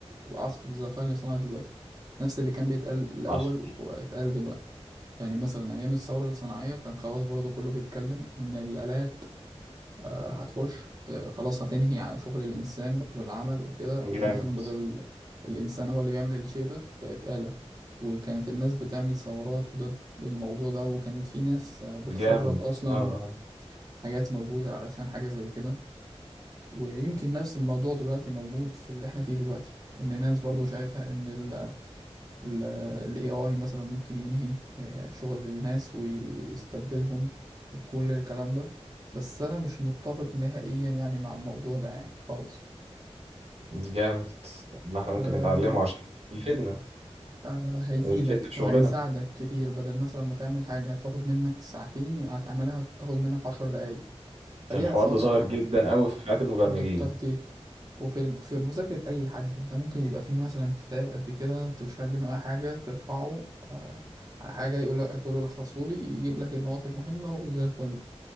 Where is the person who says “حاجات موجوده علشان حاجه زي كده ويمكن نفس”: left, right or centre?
Right